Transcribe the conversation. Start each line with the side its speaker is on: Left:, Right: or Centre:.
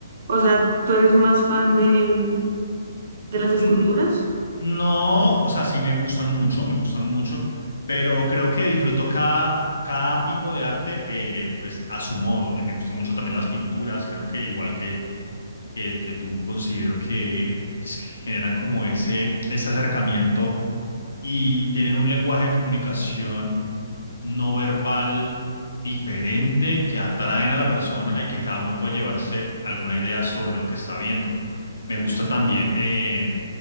Right: o sea, ¿tú eres más fan de, de las esculturas?
Left: Mm, No, o sea, sí me gustan mucho, me gustan mucho, pero creo que disfruto cada, cada tipo de arte, eh, pues a su modo. Eh, me gustan mucho también las pinturas, creo que igual que que, que tú considero que, es que generan como ese, ese acercamiento y tienen un lenguaje de comunicación no verbal diferente que atraen a la persona y que cada uno puede llevarse alguna idea sobre lo que está viendo. Me gusta también, eh,